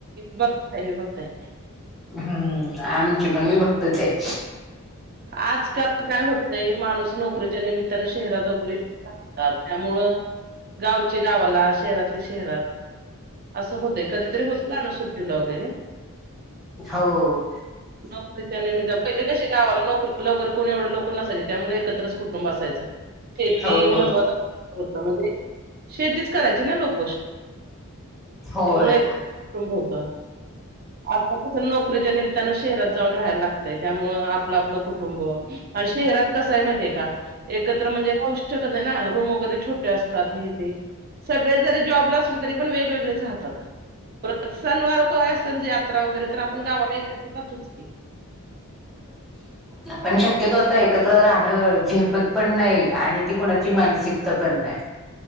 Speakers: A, on the right; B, in the centre.
A: बघताय मी बघताय
B: हम्म आमची पण विभक्त तच हाय.
A: आजकाल काय होतय माणूस नोकरीच्या निमित्त शहरात जाऊन <unintelligible> राहतात त्यामुळं गावचे गावाला शहरातले शहरात असं होतय, कधीतरी होत जाण सुट्टीला वगरे
B: हो
A: नोकरीच्या निमित्त पहिली कशी गावाला नोक वगरे कोणी एवढं लोकं नसाय चित त्यामुळे एकत्र कुटुंब असायचं. तेेती
B: हो
A: महत्त्वाच होत म्हणजे शेतीच करायची ना लोक <inaudible>
B: होय
A: त्यामुळे एक कुंभ होता. आज नोकरीच्या निमित्तानं शहरात जाऊन राहायला लागतय. त्यामुळे आपलं आपलं कु कुटुंब अन शेहरात कसाय माहितीय का? एकत्र म्हणजे गोष्ट ना रूम वैगरे छोटे असतात हिर ते. सगळे जरी जॉबला असलीत तरी पण वेगवेगळेच राहतात. पण सन वार काय असलं जे वगैरे तर आपण गावाला येत जातोच की.
B: आपण शक्यतो आता एकत्र राहणं झेपत पण नाही आणि ती कोणाची मानसिकता पण नाही.